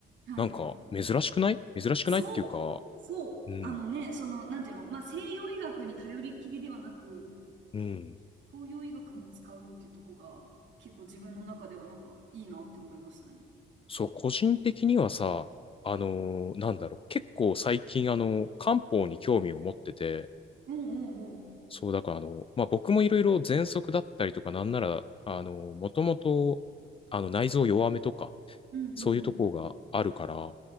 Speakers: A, on the right; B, on the left.
A: はい。
B: なんか珍しくない珍しくないっていうか、
A: そう。そう。
B: うん、
A: あのね、その、なんていうの、まあ、西洋医学に頼りきりではなく、
B: うん。
A: 東洋医学も使うっていうとこが、結構自分の中ではなんかいいなって思いましたね。
B: そう、個人的にはさ、あのーなんだろう、結構最近、あの、漢方に興味を持ってて、
A: うんうんうん。
B: そう、だから、あの、まあ、僕もいろいろ喘息だったりとか、なんなら、あの、もともと、あの、内臓弱めとか、
A: うんうんうん。
B: そういうとこがあるから、